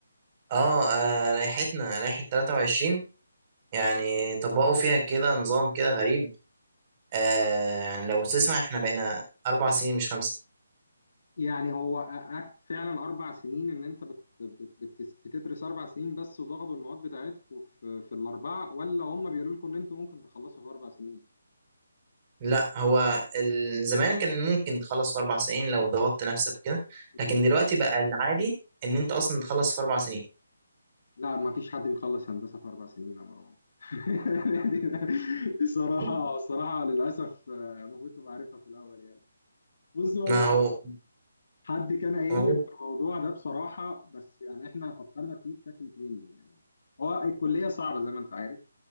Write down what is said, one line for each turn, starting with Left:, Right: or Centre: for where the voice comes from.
Right: آه آه، لائحتنا لائحة 23 يعني طبقوا فيها كده نظام كده غريب آه يعني لو تسمع إحنا بقينا أربع سنين مش خمسة
Left: يعني هو أكت فعلا اربع سنين ان انت بت بت بت بتدرس اربع سنين بس وضغطوا المواد بتاعتكم في, في الاربعه ولا هم بيقولوا لكم ان انتوا ممكن تخلصوا في اربع سنين
Right: لا هو ال- زمان كان ممكن تخلص في أربع سنين لو ضغطت نفسك كده لكن
Left: مظبوط.
Right: دلوقتي بقى العادي إن أنت أصلا تخلص في أربع سنين
Left: لا ما فيش حد بيخلص هندسه في اربع سنين يا مروان <laughs> دي دي- دي صراحه
Right: <laughs>
Left: الصراحه للاسف آه، المفروض تبقى عارفها في الاول يعني بص ولا
Right: ما هو
Left: حد كان قايل
Right: هو
Left: لي على الموضوع ده بصراحة بس يعني احنا فكرنا فيه بشكل تاني يعني هو الكلية صعبة زي ما انت عارف